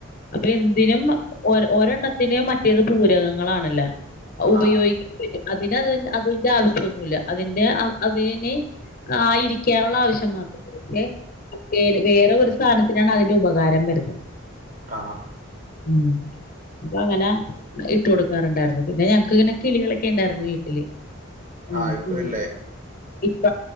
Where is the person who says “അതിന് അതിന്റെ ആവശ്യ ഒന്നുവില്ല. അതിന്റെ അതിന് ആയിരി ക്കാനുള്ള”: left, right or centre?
Left